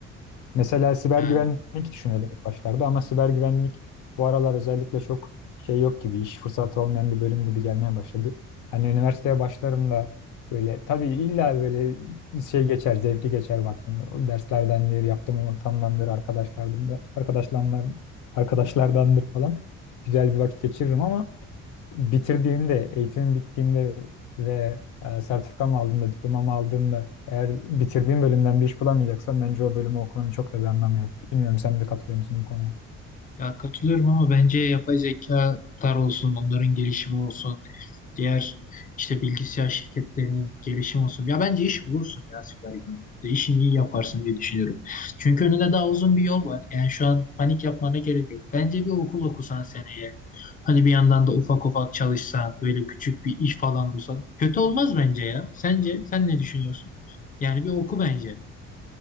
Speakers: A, on the left; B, on the left.
A: Mesela siber
B: Yani
A: güvenlik düşünüyordum ilk başlarda ama siber güvenlik bu aralar özellikle çok şey yok gibi, iş fırsatı olmayan bir bölüm gibi gelmeye başladı. Hani üniversiteye başlarım da böyle tabii illa böyle şey geçer, zevkli geçer vaktim. O derslerdendir, yaptığım ortamdandır, arkadaşlardan da, arkadaşlarlar, arkadaşlardandır falan. Güzel bir vakit geçiririm ama bitirdiğimde, eğitimim bittiğimde ve e, sertifikamı aldığımda, diplomamı aldığımda eğer bitirdiğim bölümden bir iş bulamayacaksam bence o bölümü okumanın çok da bir anlamı yok. Bilmiyorum sen de katılıyor musun bu konuya?
B: ya katılıyorum ama bence yapay zekalar olsun, onların gelişimi olsun. diğer işte bilgisayar şirketlerinin gelişim olsun. Ya bence iş bulursun ya siber güvenlikte. İşini iyi yaparsın diye düşünüyorum. Çünkü önünde daha uzun bir yol var. Yani şu an panik yapmana gerek yok. Bence bir okul okusan seneye. Hani bir yandan da ufak ufak çalışsan, böyle küçük bir iş falan bulsan. Kötü olmaz bence ya. Sence sen ne düşünüyorsun? Yani bir oku bence.